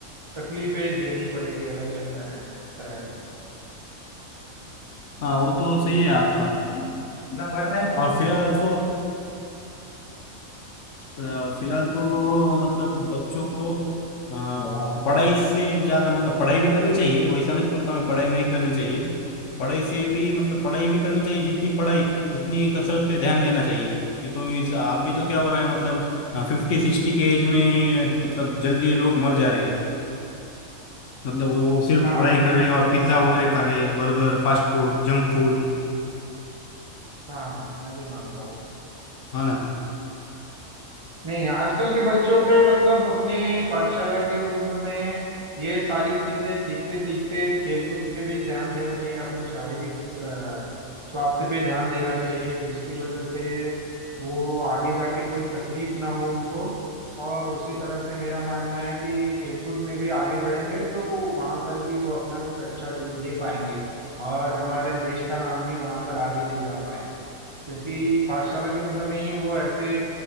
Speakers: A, on the right; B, on the left.
A: तकलीफें झेलनी पड़ेगी अलग अलग तरह तरह की
B: हाँ वो तो सही है आपका और फिलहाल तो अ, अ, फिलहाल तो मतलब बच्चों को अ, पढ़ाई से ज्यादा मतलब पढ़ाई भी करनी चाहिए वैसा नहीं बोलता मैं पढ़ाई नहीं करनी चाहिए पढ़ाई से भी मतलब पढ़ाई भी करनी चाहिए जितनी पढ़ाई उतनी कसरत पे ध्यान देना चाहिए ये तो इस आप भी तो क्या हो रहा है मतलब फिफ्टी सिक्सटी के एज में मतलब जल्दी लोग मर जा रहे हैं मतलब वो वो सिर्फ
A: हाँ
B: पढ़ाई कर रहे हैं और पिज्जा
A: मानता
B: वगैरह
A: हूँ
B: खा
A: मैं
B: रहे हैं burger fast food junk food
A: हाँ मैं भी मानता हूँ
B: है ना
A: नहीं आजकल के बच्चों को मतलब अपने पाठशाला की उम्र में ये सारी चीजें सीखते सीखते खेलकूद पे भी ध्यान देना चाहिए अपनी शारीरिक अ, स्वास्थ्य पे ध्यान देना चाहिए जिसकी वजह से वो आगे जाके कोई तकलीफ ना हो उनको और उसी तरह से मेरा मानना है कि खेलकूद में भी आगे बढ़ेंगे तो वहां पर भी वो अपना कुछ अच्छा दे, दे पाएंगे और हमारे देश का नाम भी वहां पर आगे ले जा पाएंगे क्योंकि पाठशाला की उम्र में ही वो ऐसे